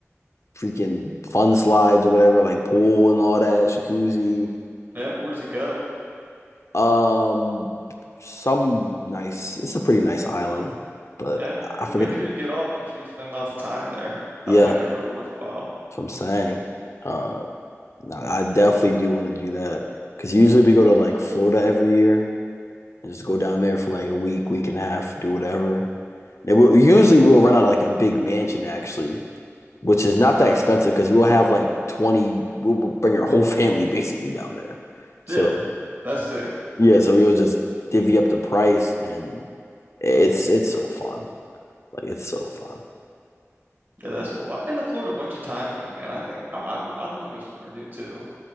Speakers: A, on the left; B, on the right.
A: freaking fun slides or whatever, like pool and all that, jacuzzi.
B: Yeah, where does it go?
A: Um, some nice. It's a pretty nice island, but
B: Yeah.
A: I
B: Well,
A: forget.
B: make
A: The,
B: sure you get off. Make sure you spend lots of time there.
A: yeah,
B: That'll make
A: that's
B: it real worthwhile.
A: what I'm saying. Uh, no, I definitely do want to do that because usually we go to like Florida every year and just go down there for like a week, week and a half, do whatever. And we'll, usually we'll rent out like a big mansion actually, which is not that
B: Nice.
A: expensive because we'll have like 20, we'll we'll bring our whole <laughs> family basically down there. So
B: Yeah, that's sick.
A: Yeah, so we will just divvy up the price and it's it's so fun. Like it's so fun.
B: Yeah, that's cool. I've been to Florida a bunch of times though, man. I think I, I, I'd want to go somewhere new too.